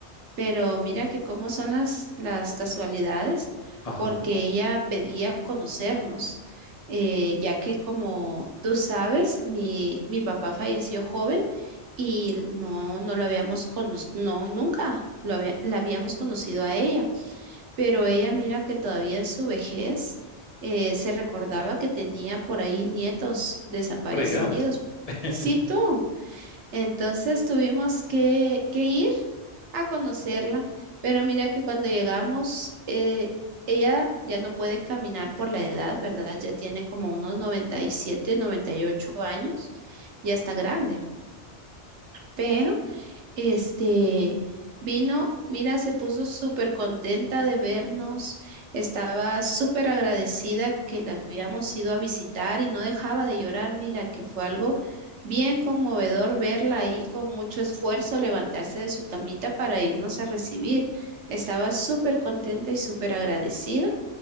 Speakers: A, on the right (about 80°); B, on the left (about 35°).
A: pero mira que cómo son las, las casualidades,
B: ajá.
A: porque ella pedía conocernos, eh, ya que como tú sabes, mi, mi papá falleció joven y no, no lo habíamos conocido, no, nunca lo había- la habíamos conocido a ella pero ella mira que todavía en su vejez eh, se recordaba que tenía por ahí nietos desaparecidos.
B: Regados. <laughs>
A: Sí, tú. Entonces tuvimos que, que ir a conocerla, pero mira que cuando llegamos, eh, ella ya no puede caminar por la edad, ¿verdad? Ya tiene como unos noventa noventa y siete noventa y ocho años, ya está grande, pero este vino, mira, se puso súper contenta de vernos, estaba súper agradecida que la habíamos ido a visitar y no dejaba de llorar, mira, que fue algo bien conmovedor verla ahí con mucho esfuerzo levantarse de su camita para irnos a recibir. Estaba súper contenta y súper agradecida